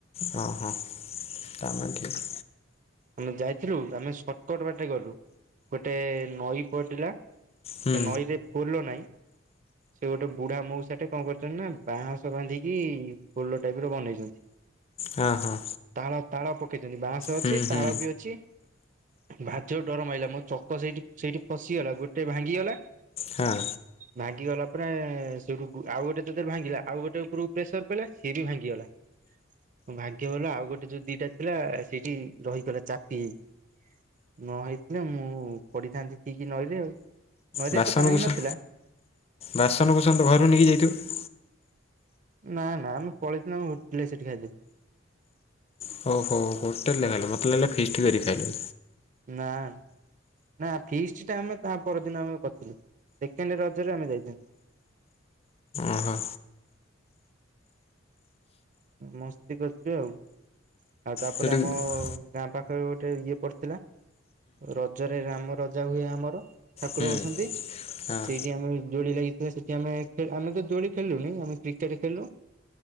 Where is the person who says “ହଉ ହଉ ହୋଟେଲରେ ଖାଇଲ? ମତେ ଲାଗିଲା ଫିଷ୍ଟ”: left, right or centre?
Left